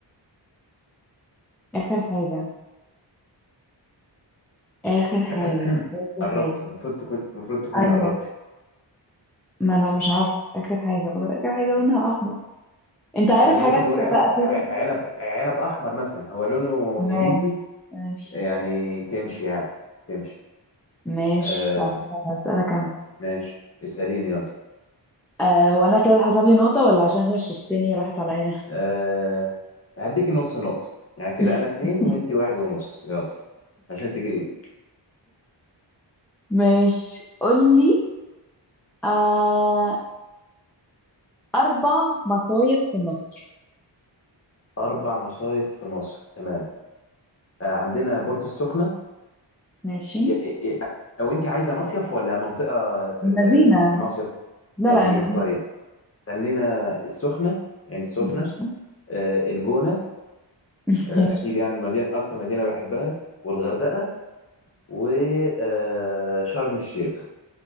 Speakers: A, in the centre; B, on the left (about 30°).
A: آخر حاجة اخر حاجة
B: <clears throat>
A: اخر
B: قربت
A: حاجة
B: المفروض تكون المفروض تكوني
A: ايوه
B: قربتي
A: ما انا مش عارفة اخر حاجة فضل اخر حاجة لونها احمر انت عارف
B: آه، ممكن
A: حاجات
B: نقول
A: اتفاق
B: عنب ع-
A: اخيرا
B: عنب عنب احمر مثلا هو لونه
A: ماشي
B: نبيتي
A: ماشي
B: يعني تمشي يعني تمشي
A: ماشي
B: آه
A: طيب يلا هسألك انا
B: ماشي اسأليني يلا
A: آه هو انا كده حسب لي نقطة ولا عشان غششتني راحت عليا
B: آه هديكي نص نقطة يعني كده
A: <laughs>
B: انا اتنين وانتي واحد ونص يلا عشان تجي
A: ماشي قولي آه اربع مصايف في مصر
B: اربع مصايف في مصر تمام آه عندنا بورتو السخنة
A: ماشي
B: ي- ي- ي- او انتي عايزة مصيف ولا منطقة س-
A: المدينة
B: س- مصيف
A: لا
B: مدينة
A: لا المدينة
B: طيب خلينا السخنة يعني السخنة
A: ماشي
B: آه الجونة
A: <laughs>
B: آه،
A: ماشي
B: اكيد يعني المدينه اكتر مدينه بحبها والغردقه وشرم الشيخ